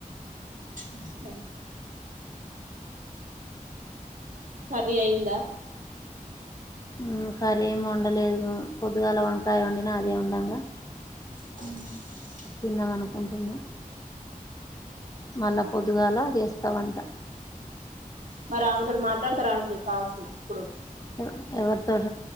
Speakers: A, on the right; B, on the left.
A: ఆఓ <inaudible> కర్రీ అయిందా
B: మ్మ్ కర్రీ ఎం వండలేదు పొద్దుగాల వంకాయ వండినా అదే ఉండంగా
A: మ్మ్
B: తిందామనుకుంటున్న మళ్ళా పొద్దుగాలా చేస్తావంట
A: మరి ఆమెతోటి మాట్లాడతారా అండి కాల్స్ ఇప్పుడు
B: ఎవ ఎవరితోటి